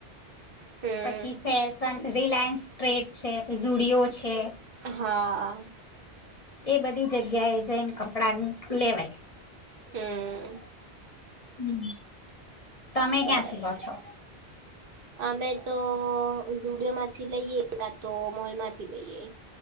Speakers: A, on the right; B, on the left.
A: હમ.
B: પછી ફેશન રિલાયન્સ ટ્રેડ છે પ જુડિયો છે.
A: હા.
B: એ બધી જગ્યા એ જઈને કપડા લેવાય.
A: હમ.
B: હમ તમે
A: બરાબર.
B: ક્યાંથી લો છો?
A: અમે તો ઝુડિયોમાંથી લઈએ કા તો મોલ માંથી લઈએ.